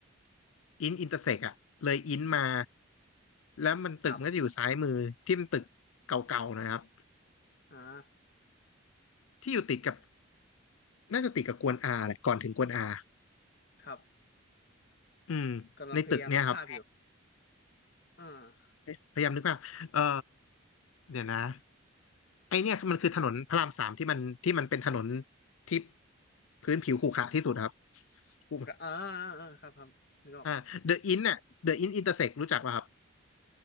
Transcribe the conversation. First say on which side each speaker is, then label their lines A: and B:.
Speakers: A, on the left; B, on the left.
A: อินอินเตอร์เซกอะเลยอินมาแล้วมันตึกมันก็จะอยู่ซ้ายมือที่มันตึกเก่าๆหนะครับ
B: ครับอ่า
A: ที่อยู่ติดกับน่าจะติดกับกวนอาแหละก่อนถึงกวนอา
B: ครับ
A: อืมในตึกเนี่ยครับ
B: กำลังพยายามนึกภาพอยู่อ่า
A: เอ๊ะพยายามนึกภาพเออเดี๋ยวนะไอเนี่ยมันคือถนนพระรามสามที่มันที่มันเป็นถนนที่พื้นผิวขรุขระที่สุดครับถูกไหม
B: ก็อ่าอ่าอ่าครับครับนึกออก
A: อ่าเดอะอินน่ะเดอะอินอินเตอร์เซกรู้จักป่ะครับ